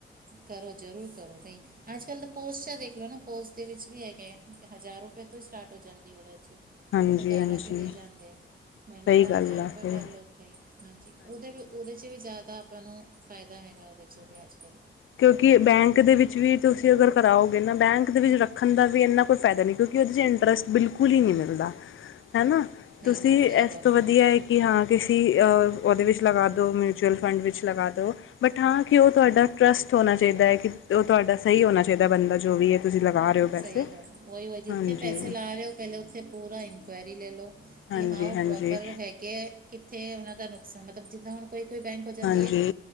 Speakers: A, on the right; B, on the left.
A: ਕਰੋ ਜ਼ਰੂਰ ਕਰੋ ਬਈ ਅੱਜ ਕੱਲ ਤਾਂ ਪੋਸਟ ਚ ਦੇਖ ਲੋ ਨਾ ਪੋਸਟ ਦੇ ਵਿੱਚ ਵੀ ਹੈਗੇ, ਹਜ਼ਾਰ ਰੁਪਏ ਤੋਂ ਹੀ ਸਟਾਰਟ ਹੋ ਜਾਂਦੀ ਉਹਦੇ ਚ
B: ਹਾਂਜੀ-ਹਾਂਜੀ
A: ਉਹ ਤਾਂ ਘਰ ਆ ਕੇ ਲੈ ਜਾਂਦੇ ਆ। ਮਹੀਨੇ
B: ਸਹੀ
A: ਦਾ
B: ਗੱਲ
A: ਹਜ਼ਾਰ
B: ਆ
A: ਰੁਪਏ
B: ਸਹੀ
A: ਭਰਲੋ ਉੱਥੇ ਹਾਂਜੀ ਉਹਦੇ ਵੀ ਉਹਦੇ ਚ ਵੀ ਜ਼ਿਆਦਾ ਆਪਾਂ ਨੂੰ ਫ਼ਾਇਦਾ ਹੈਗਾ, ਉਹਦੇ ਚ ਵੀ ਅੱਜ ਕੱਲ੍ਹ
B: ਕਿਉਂਕਿ ਬੈਂਕ ਦੇ ਵਿੱਚ ਵੀ ਤੁਸੀਂ ਅਗਰ ਕਰਾਓਗੇ ਨਾ, ਬੈਂਕ ਦੇ ਵਿੱਚ ਰੱਖਣ ਦਾ ਵੀ ਇੰਨਾ ਕੋਈ ਫਾਇਦਾ ਨਹੀਂ ਕਿਉਂਕਿ ਉਹਦੇ 'ਚ ਇੰਟਰਸਟ ਬਿਲਕੁਲ ਹੀ ਨਹੀਂ ਮਿਲਦਾ ਹਨਾ,
A: ਨਹੀਂ
B: ਤੁਸੀਂ
A: ਨਹੀਂ ਸਹੀ
B: ਇਸ
A: ਗੱਲ
B: ਤੋਂ ਵਧੀਆ
A: ਹੈ
B: ਕਿ ਹਾਂ ਕਿਸੀ ਉਹਦੇ ਵਿੱਚ ਲਗਾ ਦਿਉ ਮਿਊਚੁਅਲ ਫੰਡ ਵਿੱਚ ਲਗਾ ਦਿਉ ਬਟ ਹਾਂ ਕਿ ਉਹ ਤੁਹਾਡਾ ਟਰੱਸਟ ਹੋਣਾ ਚਾਹੀਦਾ ਹੈ, ਕਿ ਉਹ ਤੁਹਾਡਾ ਸਹੀ ਹੋਣਾ ਚਾਹੀਦਾ ਬੰਦਾ ਜੋ ਵੀ ਹੈ। ਤੁਸੀਂ ਲਗਾ ਰਹੇ ਹੋ ਪੈਸੇ
A: ਸਹੀ ਗੱਲ ਹੈ, ਉਹੀ ਵਹੀ ਜਿੱਥੇ
B: ਹਾਂਜੀ
A: ਪੈਸੇ ਲਾ ਰਹੇ ਹੋ ਪਹਿਲੇ ਉੱਥੇ ਪੂਰਾ ਇਨਕੁਆਇਰੀ ਲੈ ਲਓ।
B: ਹਾਂਜੀ
A: ਕਿ ਹਾਂ ਉਹ
B: ਹਾਂਜੀ
A: ਪ੍ਰੋਪਰ ਹੈਗੇ ਹੈ, ਕਿੱਥੇ ਉਹਨਾਂ ਦਾ ਨੁਕਸਾਨ ਮਤਲਬ ਜਿੱਦਾਂ ਹੁਣ ਕੋਈ, ਕੋਈ ਬੈਂਕ ਹੋ ਜਾਂਦੀ
B: ਹਾਂਜੀ
A: ਹੈ